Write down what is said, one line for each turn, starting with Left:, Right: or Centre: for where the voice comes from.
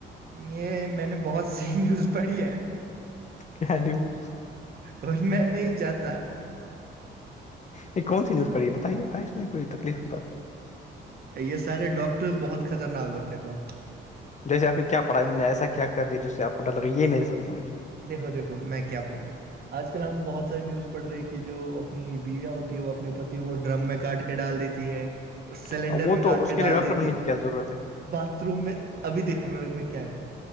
Right: یہ میں نے بہت سی نیوز پڑھی ہے
Left: کیا نوز
Right: اور میں نہیں چاہتا
Left: یہ کون سی نیوز پڑی ہے بتائیےائی اس میں کوئی تکلیف کی بات نہیں
Right: یہ سارے ڈاکٹرس بہت خطرناک ہوتے باپ
Left: جیس آپ نے کیا پڑھا انہوں نے ایسا کیا کر دیا جس آپ کو ڈرگے یہ میرے ساتھ ہونا چاہیے
Right: دھو دیکو میں کیا بول رہا ہوں آج کل ہم بہت نیوز پڑ رہی ہے کہ جو اپنی بیویاں ہوتی ہے وہ اپنے پتی کو ڈرم میں کاٹ کے ڈال دیتی ہے سلینڈر
Left: ہوں، وہ
Right: میں
Left: تو
Right: کاٹ
Left: اس
Right: کے
Left: لیے
Right: ڈال
Left: ڈاکٹر
Right: دیتی
Left: بننے
Right: ہے
Left: کی کیا ضرورت ہے
Right: باتھ روم میں ابھی دیکھو میں میں کیا کیا